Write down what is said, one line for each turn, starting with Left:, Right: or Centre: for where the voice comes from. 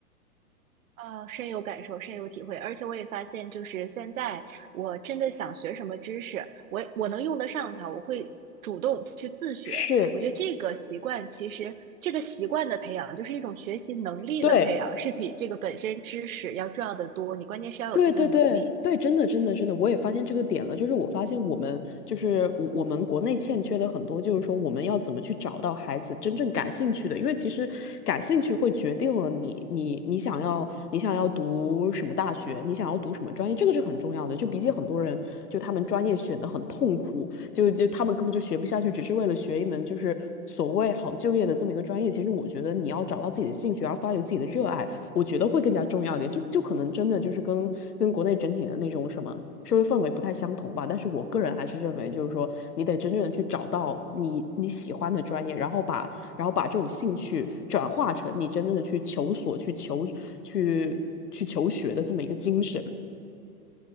Right: 啊，深有感受，深有体会，而且我也发现，就是现在我真的想学什么知识，我我能用得上它，我会主动去自学。
Left: 是，
Right: 我觉得这个习惯，其实这个习惯的培养，就是一种学习能力的培养，
Left: 对，
Right: 是比这个本身知识要重要的多。你关键是要有这个能力。
Left: 对对对对，真的真的真的，我也发现这个点了。就是我发现我们就是我我们国内欠缺的很多，就是说我们要怎么去找到孩子真正感兴趣的，因为其实感兴趣会决定了你你你想要你想要读什么大学，你想要读什么专业，这个是很重要的。就比起很多人，就他们专业选的很痛苦，就就他们根本就学不下去，只是为了学一门就是所谓好就业的这么一个专业。其实我觉得你要找到自己的兴趣，而发掘自己的热爱。我觉得会更加重要一点，就就可能真的就是跟跟国内整体的那种什么社会氛围不太相同吧。但是我个人还是认为，就是说你得真正的去找到你你喜欢的专业，然后把然后把这种兴趣转化成你真正的去求索、去求去去求学的这么一个精神。